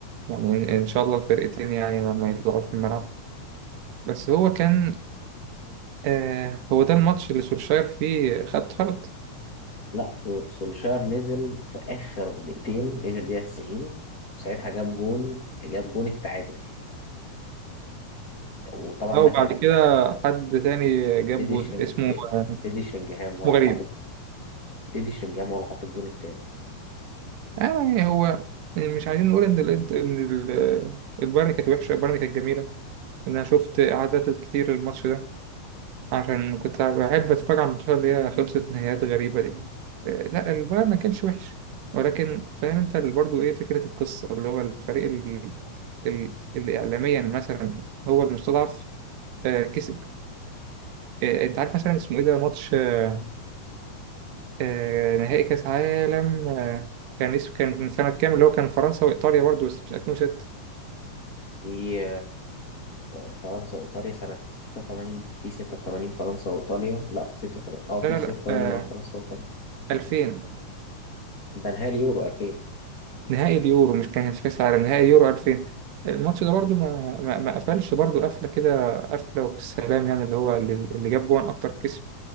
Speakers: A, on the right; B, on the left.
A: يعني ان إن شاء الله الفرقتين يعني ما, ما يطلعوش في الملعب بس هو كان آه هو ده الماتش اللي سولشاير فيه خد طرد
B: لا سو- سولشاير نزل في آخر دقيقتين نزل دقيقة 90 وساعتها جاب جون جاب جون التعادل وطبعا
A: او
B: ده كان
A: بعد كده حد تاني جاب
B: ديدي
A: جول
B: شرينج
A: اسمه
B: دي-
A: آه،
B: ديدي شرينجهام
A: اسمه
B: هو اللي
A: غريب
B: حط ديدي شرينجهام هو اللي حط الجون التاني
A: يعني هو مش عايزين نقول ان الإنت- ان ال- البايرن كانت وحشه البايرن كانت جميله ان انا شفت اعادات كتير الماتش ده عشان كنت بحب اتفرج على الماتشات اللي هي خلصت نهايات غريبه دي آه، لا البايرن ما كانش وحش ولكن فاهم انت برضه ايه فكره القصه اللي هو الفريق ال- ال- اللي اعلاميا مثلا هو المستضعف آه، كسب آه، انت عارف مثلا اسمه ايه ده ماتش آه، آه، نهائي كاس عالم آه، كان اسمه كان من سنه كام اللي هو كان فرنسا وايطاليا برضه بس مش 2006
B: في آه، فرنسا وإيطاليا سنة 86 في 86 فرنسا وإيطاليا لا في 6 فر- اه في
A: لا لا
B: 86
A: لا آه
B: اه فرنسا وإيطاليا
A: 2000
B: ده نهائي اليورو 2000
A: نهائي اليورو مش كان كاس عالم نهائي يورو 2000 الماتش ده برضو ما ما, ما قفلش برضو قفله كده قفله وبالسلام يعني اللي هو اللي, اللي جاب جون اكتر كسب